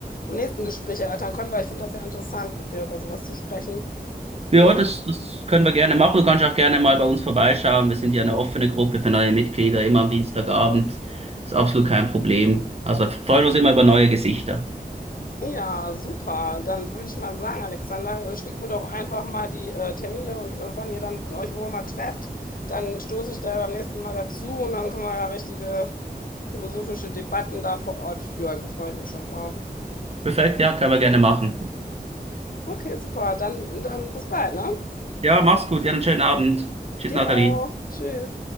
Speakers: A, on the left; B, on the right.
A: beim nächsten Gespräch erörtern können, weil ich finde das ja interessant, mit dir über sowas zu sprechen.
B: Ja,
A: Hm,
B: das, das können wir gerne machen. Du kannst auch gerne mal bei uns vorbeischauen. Wir sind ja eine offene Gruppe für neue Mitglieder, immer am Dienstagabend. Ist absolut kein Problem. Also freuen uns immer über neue Gesichter.
A: Ja, super. Dann würde ich mal sagen, Alexander, äh, schickt mir doch einfach mal die äh, Termine und äh, wann ihr dann euch wo mal trefft. Dann stoße ich da beim nächsten Mal dazu und dann können wir ja richtige philosophische Debatten da vor Ort führen. Da freue ich mich schon drauf.
B: Perfekt, ja, können wir gerne machen.
A: Okay, super. Dann, dann bis bald, ne?
B: Ja, mach's gut, ja, einen schönen Abend. Tschüss,
A: Dir
B: Nathalie.
A: auch. Tschüss.